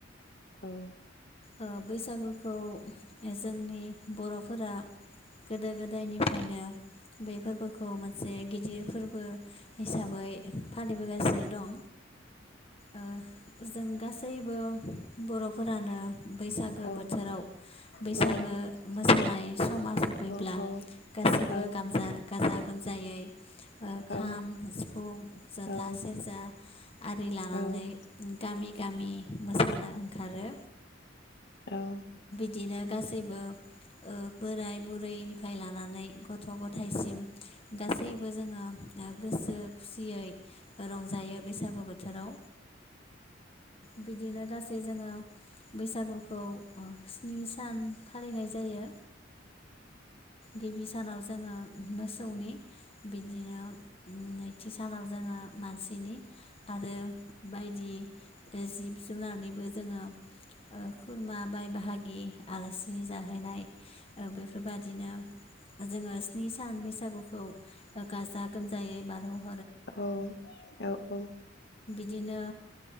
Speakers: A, on the left; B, on the left.
A: औ
B: ओ बैसागुखौ जोंनि बर'फोरा गोदो गोदायनिफ्रायनो बे फोरबोखौ मोनसे गिदिर फोरबो हिसाबै फालिबोगासिनो दं ओ जों गासैबो बरफोरानो बैसागो
A: औ
B: बोथोराव बैसागो
A: औ
B: मोसानाय समा सफैब्ला
A: औ औ
B: गासिबो
A: औ
B: गाजा गोमजायै
A: औ
B: खाम सिफुं जथा
A: औ
B: सेरजा आरि लानानै
A: हागोन
B: गामि गामि मोसानो ओंखारो।
A: औ
B: बिदिनो गासैबो ओ बोराय बुरैनिफ्राय लानानै गथ' गथायसिम गासैबो जोङो गोसो खुसियै रंजायो बैसागु बोथोराव बिदिनो गासै जोङो बैसागुखौ स्नि सान फालिनाय जायो गिबि सानाव जोङो मोसौनि बिदिनो थि सानाव जोङो मानसिनि आरो बायदि जिब जुनारनिबो जोङो खुरमा बाय हागि आलासि जाहैनाय बेफोरबादिनो जोङो स्नि सान बैसागुखौ गाजा गोमजायै बारहो
A: औ औ औ
B: दिनो